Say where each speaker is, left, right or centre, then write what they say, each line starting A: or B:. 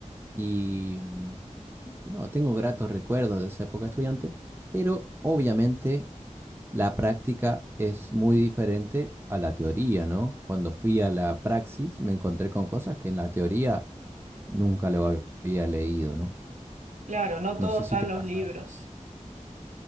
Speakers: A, on the right (about 20°); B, on the right (about 75°).
A: y mm, no, tengo gratos recuerdos de esa época de estudiante, pero obviamente la práctica es muy diferente a la teoría, ¿no? Cuando fui a la praxis me encontré con cosas que en la teoría nunca lo había leído, ¿no?
B: claro, no todo
A: No sé
B: está
A: si te
B: en los
A: pasa
B: libros.
A: eso.